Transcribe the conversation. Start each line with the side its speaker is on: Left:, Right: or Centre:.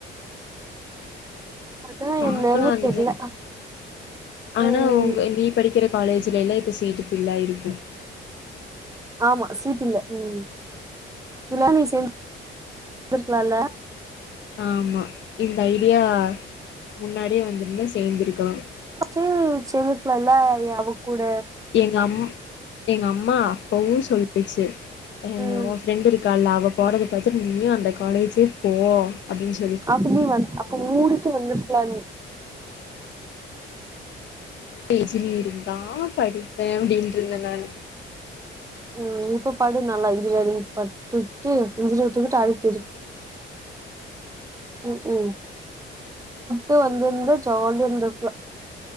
Right: ஆனா
Left: பாக்கலா
Right: என்னன்னு
Left: நீங்க
Right: தெர்ல
Left: ஆனா
Right: ம்
Left: உங்க நீ படிக்கிற காலேஜுல எல்லா இப்போ சீட் ஃபுல்லா இருக்கு
Right: ஆமா சீட் இல்ல ம் ம் இல்ல நீ சேந் வந்துருக்லால்ல
Left: ஆமா இந்த ஐடியா முன்னாடியே வந்துர்ந்தா சேர்ந்துருக்கலா
Right: பச்சின் சேர்ந்துருக்கலால்ல ஏ அவ கூட
Left: எங்க அம் எங்க அம்மா அப்பவு சொல்லுச்சு ஏ
Right: ம்
Left: ஒ ஃப்ரெண்ட்டுருக் கால அவ போறத பாத்துட் நீயு அந்த காலேஜு போ அப்டின்னு சொ
Right: அப்ப நீ வந் அப்ப <unintelligible> வந்துருக்கலான் நீ
Left: ஏ இன்ஜினியருக்குதா படிப்பே அப்டின்ட்ருந்தே நானு
Right: ம் இப்ப படு நல்லா இன்ஜினியரிங் ப தூக்கிட்டு இன்ஜினியரிங் தூக்கிட்டு அழுத்திரு ம் ஹும் <unintelligible> வந்துருந்தா ஜாலியா இருந்துருக்கலா